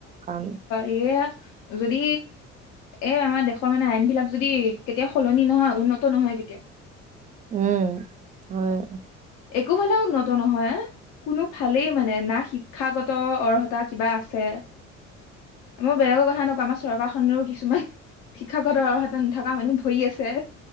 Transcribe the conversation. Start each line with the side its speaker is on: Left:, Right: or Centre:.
Right: কাৰণ
Left: এইয়া যদি এই আমাৰ দেশৰ মানে আইন বিলাক যদি কেতিয়াও সলনি নহয়, উন্নত নহয় কেতিয়াওঁ।
Right: উম, হয়।
Left: একোফালে উন্নত নহয়। কোনো ফালেই মানে, না শিক্ষাগত অৰ্হতা কিবা আছে মই বেলেগৰ কথা নকওঁ আমাৰ চৰকাৰখনেও কিছুমান শিক্ষাগত অৰ্হতা নথকা মানুহ ভৰি আছে।